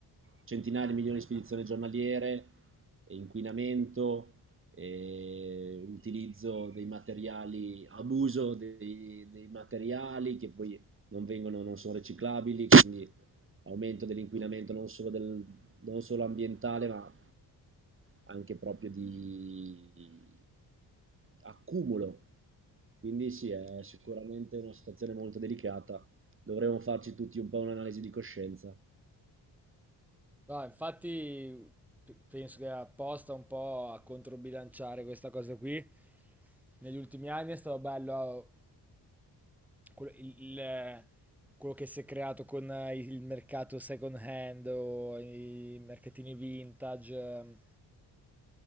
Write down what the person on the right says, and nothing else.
centinaia di milioni di spedizioni giornaliere, inquinamento, e utilizzo dei materiali, abuso dei, dei materiali che poi non, vengono, non sono riciclabili, quindi aumento dell'inquinamento non solo, del- non solo ambientale, ma anche proprio di accumulo. Quindi sì, è sicuramente una situazione molto delicata. Dovremmo farci tutti un po' un'analisi di coscienza.